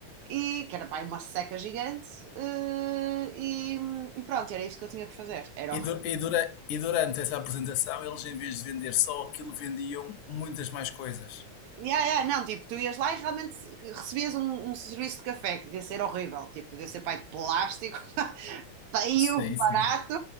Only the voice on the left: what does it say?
E,
du- e dura- e durante essa apresentação, eles, em vez de vender só aquilo, vendiam muitas mais coisas.
Sim,
sim.